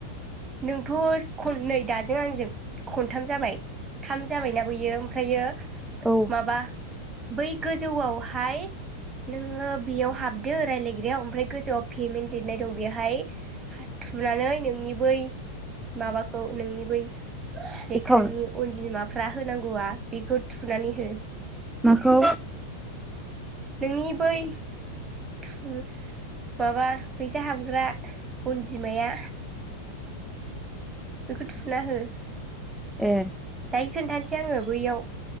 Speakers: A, on the right (about 20°); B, in the centre.
A: नोंथ' खननै दाजों आंजों खनथाम जाबाय। थाम जाबायना बैयो ओमफ्रायो
B: औ
A: माबा बै गोजौआवहाय नोङो बेयाव हाबदो रायलायग्रायाव ओमफ्राय गोजौआव पेमेन्ट लिरनाय दं बेवहाय थुनानै नोंनि बै माबाखौ नोंनि बै लेखानि
B: एकाउन्ट
A: अनजिमाफ्रा होनांगौआ बेखौ थुनानै हो।
B: माखौ?
A: नोंनि बै थु माबा फैसा हाबग्रा। अनजिमाया। बेखौ थुना हो।
B: ए।
A: खोन्थासै आङो बैयाव